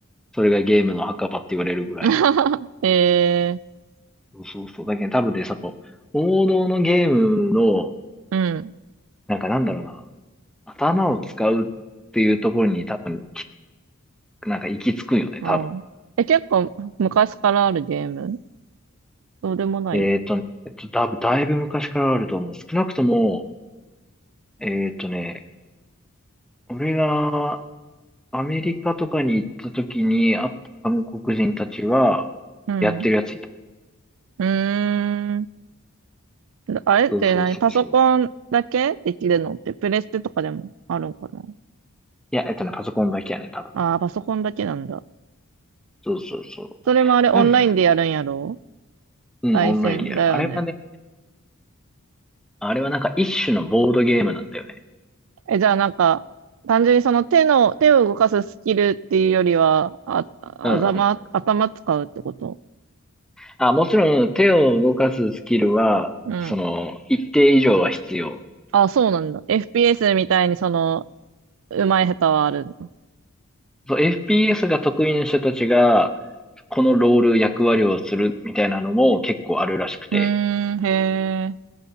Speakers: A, in the centre; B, on the right (about 65°).
A: それがゲームの墓場って言われるぐらい。
B: ー、<laughs> えー、
A: そうそうそう。だけど多分ね、その、王道のゲームの、
B: うん。
A: なんかなんだろうな、頭を使うっていうところに多分、なんか行き着くんよね、
B: あーえ、
A: 多分。
B: 結構昔からあるゲームそうでもない
A: えっとね、えっと、多分だいぶ昔からあると思う。少なくとも、えっとね、俺がアメリカとかに行った時に会った韓国人たちは、
B: うん。
A: やってるやついた。
B: うーん。あれって何パソコンだけできるのってプレステとかでもあるんかな
A: そうそうそうそう。いや、えっとね、パソコンだけやね、多分。
B: ああー、パソコンだけなんだ。
A: そうそうそう。
B: それもあれオンラインでやるんやろ
A: なんうん、
B: 対戦だよね。
A: オンラインでやる。あれはね、あれはなんか一種のボードゲームなんだよね。
B: え、じゃあなんか、単純にその手の、手を動かすスキルっていうよりは、あ、頭、
A: うんうん。
B: 頭使うってこと
A: あ、もちろん手を動かすスキルは、
B: うん。
A: その、一定以上は必要。
B: あ、そうなんだ。FPS みたいにその、うまい下手はあるんだ。
A: そう、FPS が得意な人たちが、このロール役割をするみたいなのも結構あるらしくて。
B: うーん、へえ。